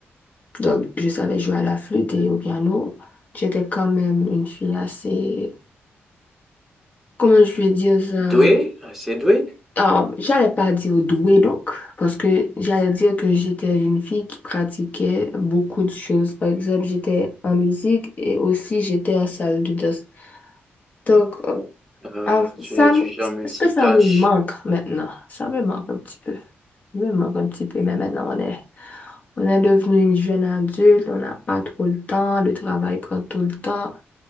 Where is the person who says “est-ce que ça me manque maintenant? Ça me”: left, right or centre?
Left